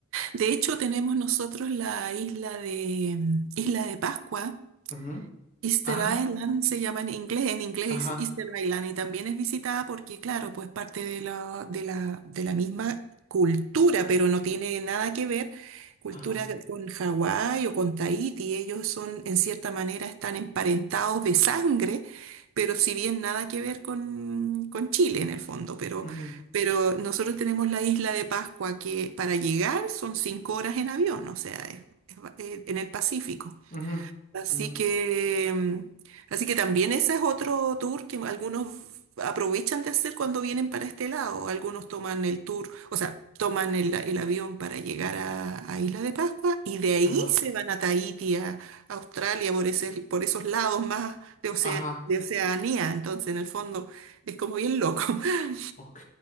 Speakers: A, on the right; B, on the left.
A: De hecho, tenemos nosotros la isla de, Isla de Pascua
B: Ujú.
A: Easter
B: Ah,
A: Island se llama en inglés, en inglés
B: ajá,
A: es Easter Island y también es visitada porque, claro, pues parte de la, de la, de la misma cultura, pero no tiene nada que ver cultura
B: Ajá.
A: con Hawái o con Tahití. Ellos son, en cierta manera, están emparentados de sangre, pero si bien nada que ver con, con Chile en el fondo, pero,
B: ujú,
A: pero nosotros tenemos la isla de Pascua que para llegar son cinco horas en avión, o sea, es- es ba- eh, en el Pacífico.
B: ujú,
A: Así
B: ujú,
A: que, mm, así que también ese es otro tour que algunos aprovechan de hacer cuando vienen para este lado. Algunos toman el tour, o sea, toman el, el avión para llegar a, a Isla de Pascua y de ahí
B: ajá,
A: se van a Tahití, a Australia, por ese, por esos lados más de Ocea-
B: Ajá.
A: de Oceanía. Entonces, en el fondo, es como bien loco. <laughs>
B: Ok,